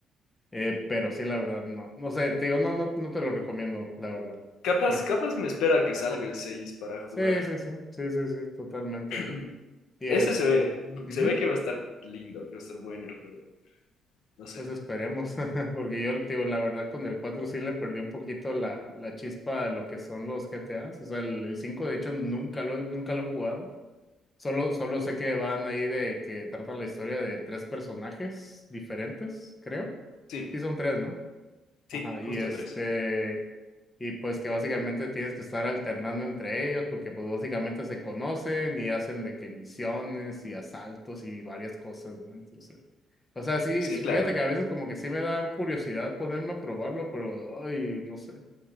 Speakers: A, on the left; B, on the left.
A: eh, pero sí, la verdad, no, no sé, te digo, no, no, no te lo recomiendo, la verdad.
B: Capaz,
A: No.
B: capaz me espera que salga
A: Oh,
B: el 6 para jugarlo.
A: sí, sí, sí, sí, sí, sí, totalmente.
B: <clears throat>
A: Y
B: Ese
A: este.
B: se ve,
A: ujú.
B: se ve que va a estar lindo, que va a estar bueno el juego. No sé.
A: Pues esperemos, <laughs> porque yo te digo, la verdad con el 4 sí le perdí un poquito la, la chispa a lo que son los GTAs. O sea, el, el 5 de hecho nunca lo, he- nunca lo he jugado. Solo, solo sé que van ahí de que trata la historia de tres personajes diferentes, creo.
B: Sí,
A: Sí son tres, ¿no?
B: sí,
A: Ajá, y
B: justo
A: este,
B: tres
A: y pues que básicamente tienes que estar alternando entre ellos, porque pues básicamente se conocen y hacen de que misiones y asaltos y varias cosas, ¿no? Entonces... O sea, sí,
B: Sí,
A: sí,
B: claro.
A: fíjate que a veces como que sí me da curiosidad ponerme a probarlo, pero, ay, no sé,